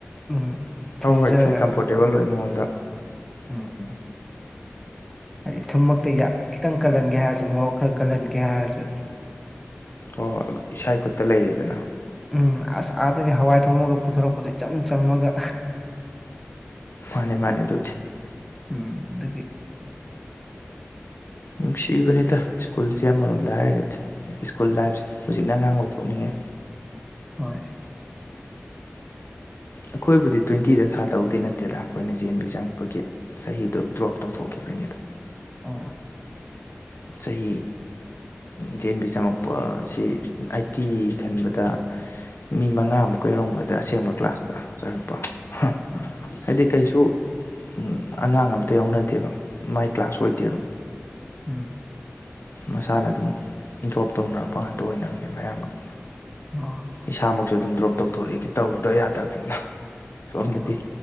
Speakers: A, in the centre; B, on the left.
A: ꯎꯝ ꯊꯣꯡꯖꯔꯒ
B: ꯍꯣꯏ ꯍꯣꯏ ꯏꯁꯥꯏ ꯀꯝꯐꯣꯔꯇꯦꯕꯜ ꯑꯣꯏꯕ ꯃꯉꯣꯡꯗ
A: ꯎꯝ ꯍꯥꯏꯗꯤ ꯊꯨꯝꯃꯛꯇ ꯈꯤꯇꯪ ꯀꯜꯍꯟꯒꯦ ꯍꯥꯏꯔꯁꯨ ꯃꯣꯔꯣꯛ ꯈꯔ ꯀꯜꯍꯟꯒꯦ ꯍꯥꯏꯔꯁꯨ
B: ꯍꯣꯏ ꯏꯁꯥꯢ ꯈꯨꯠꯇ ꯂꯩꯔꯦꯗꯅ
A: ꯎꯝ ꯑꯁ ꯑꯥꯗꯗꯤ ꯍꯋꯥꯏ ꯊꯣꯡꯉꯒ ꯄꯨꯊꯔꯛꯄꯗꯣ ꯏꯆꯝ ꯆꯝꯃꯒ
B: ꯃꯥꯅꯦ ꯃꯥꯅꯦ ꯑꯗꯨꯗꯤ
A: ꯎꯝ ꯑꯗꯨꯒꯤ
B: ꯅꯨꯡꯁꯤꯕꯅꯤꯗ ꯁ꯭ꯀꯨꯜꯁꯦ ꯑꯃꯔꯣꯝꯗ ꯍꯥꯏꯔꯒꯗꯤ ꯁ꯭ꯀꯨꯜ ꯂꯥꯏꯐꯁꯦ ꯍꯧꯖꯤꯛꯅ ꯑꯉꯥꯡ ꯑꯣꯢ ꯊꯣꯛꯅꯤꯡꯉꯦ
A: ꯍꯣꯏ
B: ꯑꯩꯈꯣꯏꯕꯨꯗꯤ ꯇ꯭ꯋꯦꯟꯇꯤꯗ ꯊꯥꯗꯧꯗꯤ ꯅꯠꯇꯦꯗ ꯑꯩꯈꯣꯏꯅ ꯖꯦ ꯑꯦꯟ ꯕꯤ ꯆꯪꯉꯛꯄꯒꯤ ꯆꯍꯤꯗꯣ ꯗ꯭ꯔꯣꯞ ꯇꯧꯊꯣꯛꯈꯤꯕꯩꯅꯦ
A: ꯑꯣ
B: ꯆꯍꯤ ꯖꯦ ꯑꯦꯟ ꯚꯤ ꯆꯪꯉꯛꯄꯁꯤ ꯑꯩꯏꯠꯀꯤ ꯈꯟꯕꯗ ꯃꯤ ꯃꯉꯥꯃꯨꯛꯀ ꯌꯥꯎꯔꯝꯒꯗ꯭ꯔ ꯑꯁꯦꯡꯕ ꯀ꯭ꯂꯥꯁꯇ ꯆꯪꯉꯛꯄ ꯍꯥ
A: ꯑꯣ
B: ꯍꯥꯏꯗꯤ ꯀꯩꯁꯨ ꯑꯗꯨ ꯑꯉꯥꯡ ꯑꯝꯇ ꯌꯥꯎꯅꯗꯦꯕ ꯃꯥꯏ ꯀ꯭ꯂꯥꯁ ꯑꯣꯏꯗꯦꯕ
A: ꯎꯝ
B: ꯃꯁꯥꯅ ꯑꯗꯨꯝ ꯗ꯭ꯔꯣꯞ ꯇꯧꯅꯔꯛꯄ ꯉꯥꯛꯇ ꯑꯣꯏꯅꯕꯅꯦ ꯑꯌꯥꯝꯕꯅ
A: ꯑꯣ
B: ꯏꯁꯥꯃꯛꯁꯨ ꯑꯗꯨꯝ ꯗ꯭ꯔꯣꯞ ꯇꯧꯊꯣꯔꯛꯑꯦ ꯇꯧꯗꯕ ꯌꯥꯗꯕꯅꯤꯅ ꯁꯣꯝꯗꯗꯤ
A: ꯑꯣ